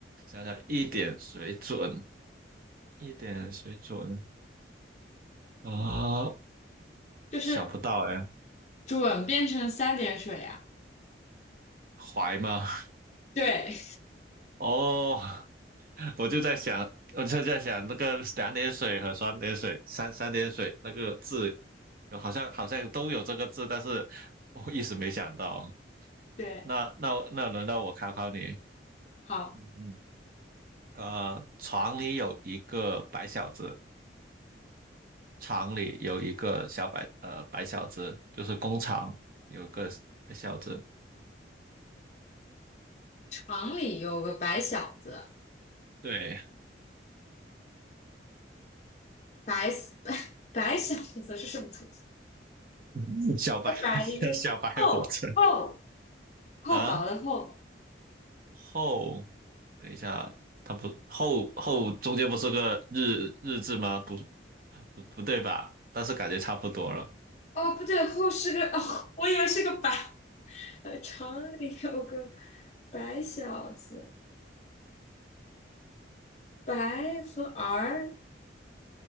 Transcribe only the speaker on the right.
想想一点水准，一点水准啊、
想不到哎，
怀吗？
哦，<laughs> 我就在想，我就在想那个两点水和三点水，三三点水那个字，好像好像都有这个字，但是我一时没想到。
那那那轮到我考考你。
嗯呃，厂里有一个白小子，厂里有一个小白，呃，白小子就是工厂有一个白小子，
对，
<laughs> 小白
<laughs> 小白火车
啊，后，等一下，它不后后中间不是个日日字吗？不不不对吧？但是感觉差不多了。